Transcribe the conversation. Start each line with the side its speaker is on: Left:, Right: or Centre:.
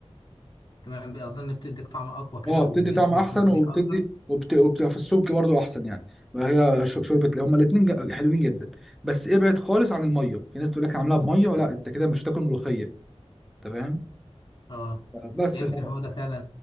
Left: تمام اظن بتديك طعم اقوى كده
Centre: اه بتدي
Left: ويمكن
Centre: طعم أحسن
Left: بتكون تديك
Centre: وبتدي
Left: اكتر
Centre: وبت... وبتبقى في السمك برضو أحسن يعني هي ش- شوربة هما الاتنين ج- حلوين جدا بس ابعد خالص عن المية في ناس تقول لك أنا عاملاها بمية لا أنت كده مش هتاكل ملوخية أنت فاهم
Left: اه
Centre: بس
Left: يمكن
Centre: ف...
Left: هو ده فعلا